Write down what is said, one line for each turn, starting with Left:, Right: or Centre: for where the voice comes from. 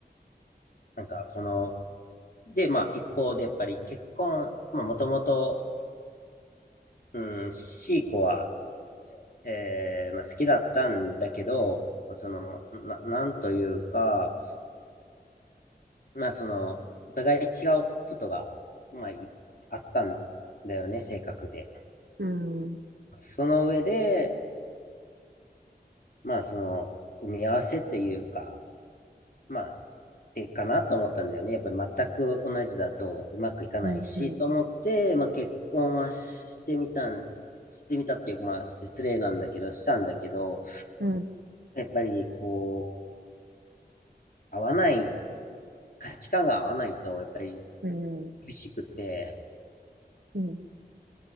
Left: なんかこの、で、まあ一方でやっぱり結婚、まあもともと、うん、C 子は、えー、まあ好きだったんだけど、その、な、なんというか、まあその、お互い違うことが、まあいあったんだよね、性格で。
Right: うん、うん、
Left: その上で、まあその、埋め合わせっていうか、まあてかなと思ったんだよね。やっぱり全く同じだとうまくいかないし、
Right: うん、
Left: と思って、まあ結婚はしてみたん、してみたっていうか、まあ失礼なんだけど、したんだけど、
Right: うん、
Left: やっぱりこう、合わない、価値観が合わないと、やっぱり
Right: うん、うん、
Left: 厳しくて、
Right: うん、